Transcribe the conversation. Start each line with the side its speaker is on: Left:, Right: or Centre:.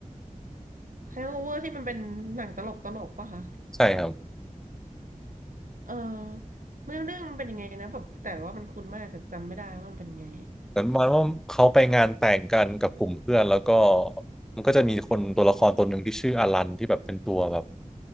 Right: Hangover ที่มันเป็นหนังตลกตลกปะคะ
Centre: ใช่ครับ
Right: เออเรื่องเรื่องมันเป็นยังไงนะแบบแต่ว่ามันคุ้นมากแต่จำไม่ได้ว่ามันเป็นไง
Centre: เหมือนประมันว่าเขาไปงานแต่งกันกับกลุ่มเพื่อนแล้วก็มันก็จะมีคนตัวละครตัวหนึ่งที่ชื่ออลันที่แบบเป็นตัวแบบ